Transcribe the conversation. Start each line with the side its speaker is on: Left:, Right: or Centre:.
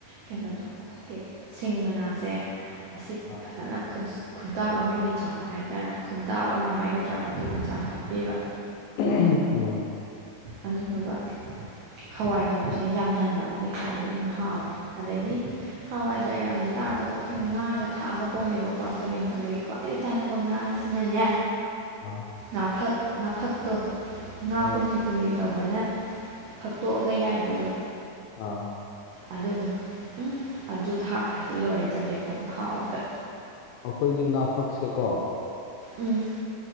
Right: ꯀꯩꯅꯣꯗꯣ ꯑꯩꯈꯣꯏꯒꯤ ꯁꯤꯡ ꯃꯅꯥꯁꯦ ꯑꯁꯤ
Left: ꯑꯥ
Right: ꯐꯖꯅ ꯈꯨꯗꯥꯞ ꯑꯃꯒꯤ ꯆꯥꯡ ꯍꯥꯏꯇꯥꯔꯦ ꯈꯨꯗꯥꯞ ꯑꯃ ꯍꯥꯏꯒ ꯗ꯭ꯔꯥ ꯑꯗꯨꯒꯤ ꯆꯥꯡ ꯍꯥꯞꯄꯤꯕ
Left: ꯎꯝ ꯎꯝ
Right: ꯑꯗꯨꯗꯨꯒ ꯍꯋꯥꯏꯖꯥꯔꯁꯦ ꯌꯥꯝꯍꯟꯕ ꯑꯗꯨꯏꯇꯥꯔꯗꯤ ꯑꯗꯨꯝ ꯍꯥꯎꯔꯦ ꯑꯗꯒꯤ ꯍꯋꯥꯏꯖꯥꯔ ꯌꯥꯝꯗ ꯇꯥꯒꯁꯨ ꯑꯩꯈꯣꯏ ꯉꯥꯒ ꯊꯥꯛꯑꯒ ꯄꯣꯝꯃꯦꯕꯀꯣ ꯆꯒꯦꯝ ꯄꯣꯝꯕꯒꯤꯀꯣ ꯗꯩ ꯆꯥꯅꯕ ꯉꯥꯁꯤꯅꯅꯦ
Left: ꯑꯥ
Right: ꯅꯥꯐꯛ ꯉꯥꯐꯛꯇꯣ ꯉꯥ
Left: ꯑꯣ
Right: ꯄꯨꯝꯂꯤ ꯄꯨꯝꯂꯤ ꯇꯧꯕꯅ ꯐꯛꯇꯣꯛꯑꯒ ꯌꯥꯏꯕꯗꯣ
Left: ꯑꯥ
Right: ꯑꯗꯨꯗꯣ ꯎꯝ ꯑꯗꯨ ꯊꯥꯛꯈ꯭ꯔꯗꯤ ꯂꯣꯏꯔꯦ ꯆꯒꯦꯝꯄꯣꯝꯕ ꯍꯥꯎꯕꯗ
Left: ꯑꯩꯈꯣꯏꯒꯤ ꯉꯥꯐꯛꯁꯦꯀꯣ ꯑ
Right: ꯎꯝ